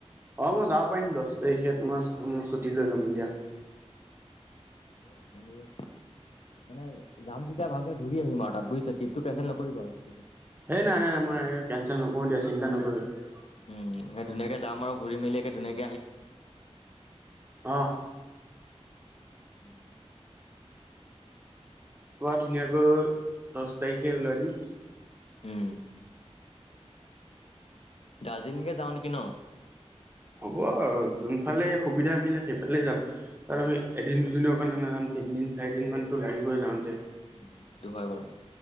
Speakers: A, on the right; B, on the left.
A: অ মই যাব পাৰিম দছ তাৰিখে তোমাৰ ছুটী লৈ ল'ম দিয়া। <inaudible>
B: <unintelligible> মানে যাম যেতিয়া ভালকে ঘূৰি আহিম আৰু তাত বুজিছে ট্ৰিপটো কেনচেল নকৰিবা আৰু এতিয়া
A: এই নাই নাই নাই মই কেনচেল নকৰো দিয়া চিন্তা নকৰিবা।
B: উম হে ধুনীয়াকে যাম আৰু ঘুৰি মেলি একে ধুনীয়াক-
A: অহ।
B: <inaudible>
A: পোৱা ধুনীয়াকৈ দছ তাৰিখে ওলাই দিম।
B: উম। দাৰ্জিলিঙে যাওঁ নেকি ন?
A: কোৱা‌ আৰু যোনফালে সুবিধা মিলে সেইফালে যাম, তাত আমি এদিন দুদিনৰ কাৰণে নাযাম। তিনিদিন চাৰিদিন মানতো লাগিবই যাওঁতে।
B: উম সেইটো হয় বাৰু।